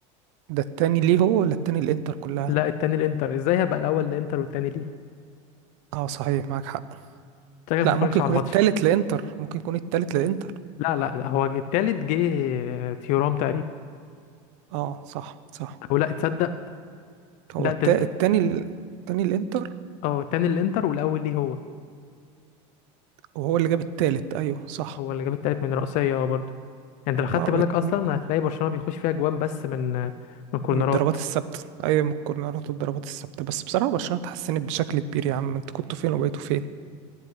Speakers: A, on the right (about 65°); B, on the left (about 50°).
A: ده التاني ليه هو ولا التاني الإنتر كلها
B: لا التاني الانتر ازاي هبقى الاول الانتر والتاني ليه
A: اه صحيح معاك حق
B: شكلك ما بتفرجش
A: لا ممكن يكون
B: على الماتش
A: التالت لإنتر ممكن يكون التالت لإنتر
B: لا لا لا، هو التالت جه آه، تيورام تقريبا
A: اه صح صح
B: او لا تصدق
A: هو
B: لا
A: التا...
B: ده
A: التاني ال- التاني الإنتر
B: اه التاني الانتر والاول ليه هو
A: وهو اللي جاب التالت أيوه صح
B: هو اللي جاب التالت من رأسية اه برضه يعني انت لو خدت
A: ما بت...
B: بالك اصلا هتلاقي برشلونة بيخش فيها جوان بس من آه، من كورنرات
A: من الضربات الثابتة أيوه من الكورنرات والضربات الثابتة بس بصراحة برشلونة اتحسنت بشكل كبير يا عم انتوا كنتوا فين وبقيتوا فين